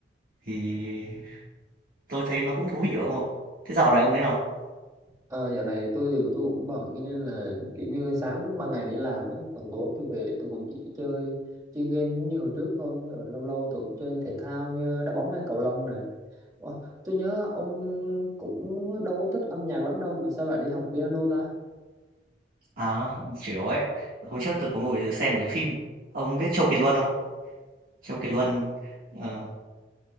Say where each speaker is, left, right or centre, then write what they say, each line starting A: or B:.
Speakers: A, on the right (about 55°); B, on the right (about 20°).
A: thì tôi thấy nó cũng thú vị không ạ? Thế dạo này ông thế nào?
B: ờ, dạo này tôi tôi cũng bận cho nên là kiểu như sáng ban ngày đi làm á, còn tối tôi về tôi cũng chỉ chơi chơi game giống như hồi trước thôi. Ờ, lâu lâu tôi cũng chơi thể thao như đá bóng hay cầu lông nè. Ủa, tôi nhớ ông cũng đâu có thích âm nhạc lắm đâu mà sao lại đi học piano ta?
A: À, chịu ấy. Hôm trước tôi có ngồi xem một cái phim. Ông biết Châu Kiệt Luân không? Châu Kiệt Luân ờ,